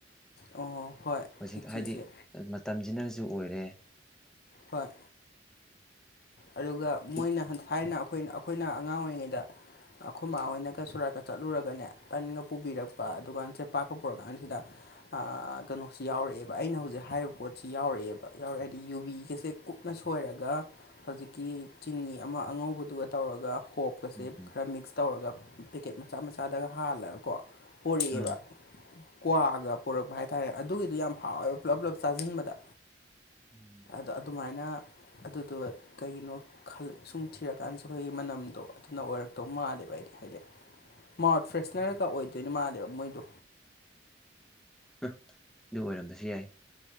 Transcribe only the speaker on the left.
ꯑꯣ ꯍꯣꯏ
ꯈꯦꯆꯤꯁꯦ
ꯍꯣꯏ ꯑꯗꯨꯒ
ꯃꯣꯏꯅ ꯍꯟ ꯊꯥꯏꯅ ꯑꯩꯈꯣꯏ ꯑꯩꯈꯣꯏꯅ ꯑꯉꯥꯡ ꯑꯣꯏꯔꯤꯉꯩꯗ ꯑꯈꯣꯏ ꯃꯥꯥ ꯍꯣꯏꯅꯒ ꯁꯨꯔꯥꯠꯀ ꯆꯠꯂꯨꯔꯒꯅꯦ ꯇꯟꯒ ꯄꯨꯕꯤꯔꯛꯄ ꯑꯗꯨꯀꯥꯟ ꯆꯦꯄꯥꯛꯀ ꯄꯨꯔꯀꯥꯟꯁꯤꯗ ꯑꯥ ꯀꯩꯅꯣꯁꯤ ꯌꯥꯎꯔꯛꯑꯦꯕ ꯑꯩꯅ ꯍꯧꯖꯤꯛ ꯍꯥꯏꯔꯤꯕ ꯄꯣꯠꯁꯤ ꯌꯥꯎꯔꯑꯦꯕ ꯌꯥꯎꯔꯛꯑꯦ ꯍꯥꯏꯗꯤ ꯌꯨꯕꯤꯒꯁꯦ ꯀꯨꯞꯅ ꯁꯣꯏꯔꯒ ꯍꯧꯖꯤꯛꯀꯤ ꯆꯤꯅꯤ ꯑꯃ ꯑꯉꯧꯕꯗꯨꯒ ꯇꯧꯔꯒ ꯍꯣꯞꯀꯁꯦ
ꯈꯔ ꯃꯤꯛꯁ ꯇꯧꯔꯒ ꯄꯦꯀꯦꯠ ꯃꯆꯥ ꯃꯆꯥꯗꯒ ꯍꯥꯜꯂꯒꯀꯣ ꯄꯣꯔꯛꯑꯦꯕ
ꯀ꯭ꯋꯥꯒ ꯄꯨꯔꯛꯄ ꯍꯥꯏꯇꯥꯔꯦ ꯑꯗꯨꯒꯤꯗꯤ ꯌꯥꯝ ꯍꯥꯎꯋꯦꯕ ꯄꯨꯂꯞ ꯄꯨꯂꯞ ꯆꯥꯖꯤꯟꯕꯗ
ꯇ ꯑꯗꯨꯃꯥꯏꯅ ꯑꯗꯨꯗꯣ ꯀꯩꯒꯤꯅꯣ ꯈꯜ ꯁꯨꯝ ꯊꯤꯔꯀꯥꯟꯁꯤꯗ ꯑꯩꯈꯣꯏ ꯃꯅꯝꯗꯣ ꯑꯗꯨꯅ ꯑꯣꯏꯔꯛꯇꯧ ꯃꯥꯜꯂꯦꯕ ꯑꯩꯗꯤ ꯍꯥꯏꯗꯤ ꯃꯥꯎꯠ ꯐ꯭ꯔꯦꯁꯅꯔꯒ ꯑꯣꯏꯗꯣꯏꯅ ꯃꯥꯜꯂꯦꯕ ꯃꯣꯏꯗꯣ